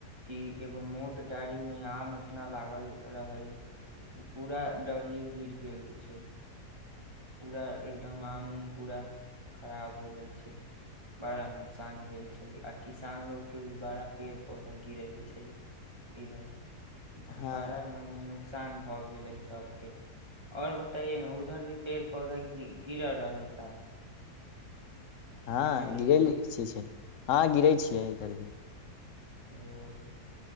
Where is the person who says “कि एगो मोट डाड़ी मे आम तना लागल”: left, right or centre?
Right